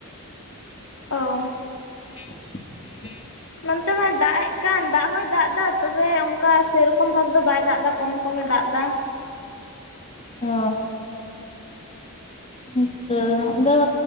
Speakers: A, on the left; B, on the left.
A: ᱚ
B: ᱦ <inaudible>
A: ᱱᱚᱱᱛᱮ ᱢᱟᱭ ᱫᱟᱜ ᱮᱫ ᱠᱟᱱ ᱫᱟᱜ ᱦᱚᱭ ᱫᱟᱜ ᱮᱫᱟ ᱛᱚᱵᱮ ᱚᱱᱠᱟ ᱥᱮᱨᱚᱠᱚᱢ ᱵᱷᱟᱵᱽ ᱫᱚ ᱵᱟᱭ ᱫᱟᱜ ᱮᱫᱟ ᱠᱚᱢ ᱠᱚᱢᱮ ᱫᱟᱜ ᱮᱫᱟ ᱵᱟᱝ
B: ᱚ ᱦᱮᱸ ᱛᱚ ᱟᱫᱚ